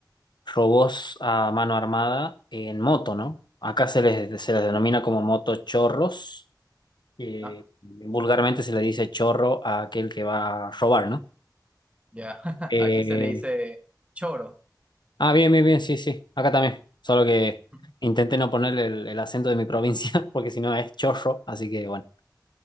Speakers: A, on the left; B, on the right.
A: robos a mano armada en moto, ¿no? Acá se les, se les denomina como motochorros que
B: ¿no?
A: vulgarmente se le dice chorro a aquel que va a robar, ¿no?
B: Ya, <laughs>
A: Eh,
B: aquí se le dice choro.
A: ah, bien, bien, bien, sí, sí, acá también. Solo que
B: <laughs>
A: intenté no ponerle el, el acento de mi provincia, <laughs> porque si no es chorro, así que bueno.